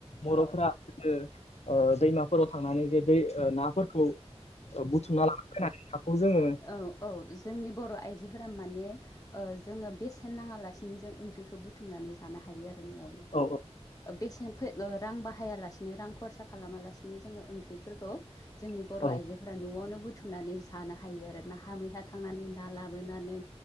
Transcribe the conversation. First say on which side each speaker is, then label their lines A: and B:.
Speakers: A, on the left; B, on the left.
A: बर'फोरा
B: औ
A: ओ दैमाफोराव थांनानै जे दै ओ नाफोरखौ बुथुमना ला नानै हाखौ जोङो
B: औ औ जोंनि बर' आइजोफोरा माने ओ जोङो बेसेन नाङालासिनो जों ओंख्रिखौ बुथुमनानै जानो हायो आरो न'आवनो
A: औ
B: ओ बेसेन फै औ रां बाहायालासिनो रां खरसा खालामालासिनो बिदिनो जोङो ओंख्रिफोरखौ जोंनि
A: औ
B: बर'
A: औ
B: आइजोफोरा न'आवनो बुथुमनानै जानो हायो हायो आरो ना हा मैहा थांनानै ना लाबोनानै